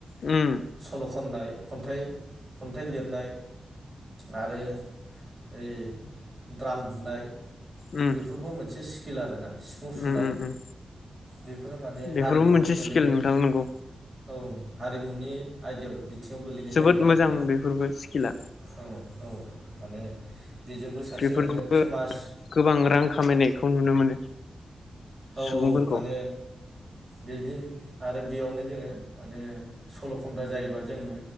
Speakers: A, on the left; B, on the right.
A: उम।
B: सल' खननाय खन्थाइ खन्थाइ लिरनाय आरो ओइ द्राम बुनाय।
A: उम
B: बेफोरबो मोनसे स किल आरोना। सिफुं
A: उम
B: सुनाय
A: उम उम
B: बेफोरो माने
A: बेफोरबो
B: हारिमुवआव
A: मोनसे
B: गोलैनाय
A: स्किल नोंथां नंगौ
B: औ। हारिमुनि आयदायाव बिथिङाव गोलैनाय
A: जोबोद
B: जाहैबाय
A: मोजां
B: आरोना
A: बेफोरबो स्किला
B: औ औ। माने बेजोंबो सासे
A: बेफोरजोंबो
B: नोङो फेमास
A: गोबां रां खामायनायखौ नुनो मोनो।
B: औ
A: सुबुंफोरखौ
B: औ माने बिदि आरो बेयावनो जोङो माने सल' खनग्रा जायोबा जों